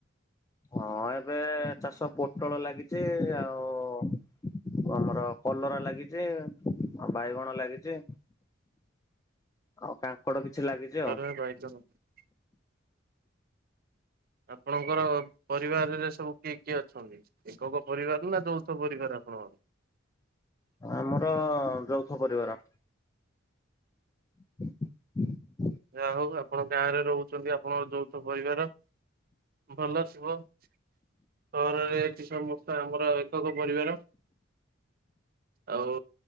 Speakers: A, on the left; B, on the right.
A: ହଁ ଏବେ ଚାଷ ପୋଟୋଳ ଲାଗିଚି। ଆଉ ଆମର କଲରା ଲାଗିଚି ଆଉ ବାଇଗଣ ଲାଗିଚି। ଆଉ କାଙ୍କଡ଼ କିଛି ଲାଗିଚି ଆଉ।
B: <unintelligible> ଆପଣଙ୍କର ପରିବାରରେ ସବୁ କିଏ କିଏ ଅଛନ୍ତି? ଏକକ ପରିବାର ନା ଯୌଥ ପରିବାର ଆପଣଙ୍କର?
A: ଆମର ଯୌଥ ପରିବାର। <inaudible>
B: ଯାହା ହଉ ଆପଣ ଗାଁରେ ରହୁଚନ୍ତି ଆପଣଙ୍କ ଯୌଥ ପରିବାର। ଭଲ ଥିବ। ସହରରେ ଏଠି ସମସ୍ତେ ଆମର ଏକକ ପରିବାର। ଆଉ